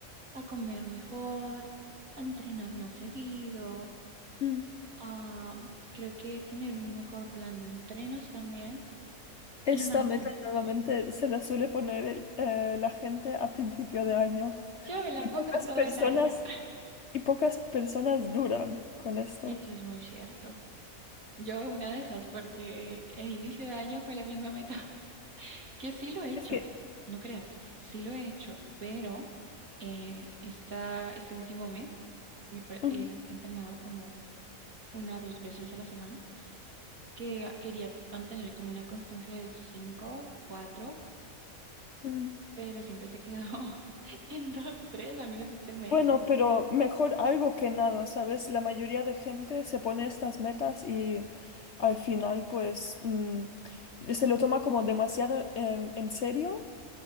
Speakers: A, on the right; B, on the left.
A: a comer mejor, a entrenar más seguido,
B: Mm.
A: a, creo que tener un mejor plan de entrenos también
B: Esta
A: y mantener.
B: meta normalmente se la suele poner el- eh, la gente a principio de año.
A: Yo me la
B: Y
A: pongo
B: pocas
A: todo
B: personas
A: el año.
B: Y pocas personas duran con esto.
A: Eso es muy cierto. Yo una de esas porque el inicio de año fue la misma meta. Que sí lo he hecho,
B: Es que,
A: no creas, sí lo he hecho, pero eh, esta- este último mes he pra-
B: ujú,
A: eh, he entrenado como una o dos veces a la semana, que quería mantener como una constancia de cinco, cuatro,
B: ujú.
A: pero siempre se quedó <laughs> en dos, tres, al menos este mes,
B: Bueno,
A: entonces
B: pero mejor algo que nada, ¿sabes? La mayoría de gente se pone estas metas y al final, pues, mm, se lo toma como demasiado eh, en serio